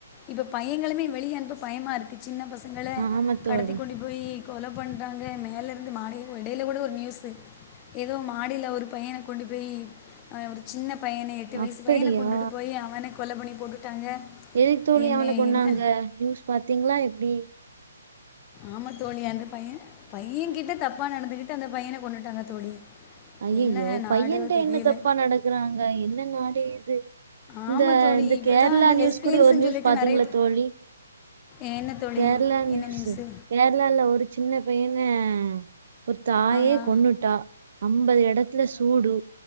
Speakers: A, on the left; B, on the right.
A: இப்ப பையங்களுமே வெளியனுப்ப பயமா இருக்கு சின்ன பசங்கள
B: ஆமா தோழி
A: கடத்தி கொண்டி போய் கொல பண்றாங்க மேலருந்து மாடிய இடையில கூட ஒரு நியூஸ் ஏதோ மாடில ஒரு பையன கொண்டு போய் அவன் ஒரு சின்ன பையன எட்டு வயசு
B: அப்படியா
A: பையன கொண்டுட்டு போய் அவன கொல பண்ணி போட்டுட்டாங்க
B: எதுக்கு தோழி
A: என்ன
B: அவன கொன்னாங்க
A: என்ன
B: நியூஸ் பாத்தீங்ளா எப்டி
A: ஆமா தோழி அந்த பையன பையன் கிட்ட தப்பா நடந்துகிட்டு அந்த பையன கொண்ணுட்டாங்க தோழி
B: அய்யய்யோ
A: என்ன நாடு
B: பையன்ட்ட
A: தெரியல
B: என்ன தப்பா நடக்குறாங்க என்ன நாடு இது
A: ஆமாம்
B: இந்த
A: தோழி
B: இந்த
A: இப்போ
B: கேரளா
A: தான் அந்த
B: நியூஸ்
A: லெஸ்பியன்ஸ்னு
B: கூட ஒரு நியூஸ்
A: சொல்லிட்டு
B: பாத்தீங்ளா
A: நிறைய
B: தோழி
A: என்ன தோழி
B: கேரளா நியூஸ்
A: என்ன நியூஸு
B: கேரளால ஒரு சின்ன பையன ஒரு தாயே
A: ஆஹா
B: கொன்னுடா அம்பது எட துல சூடு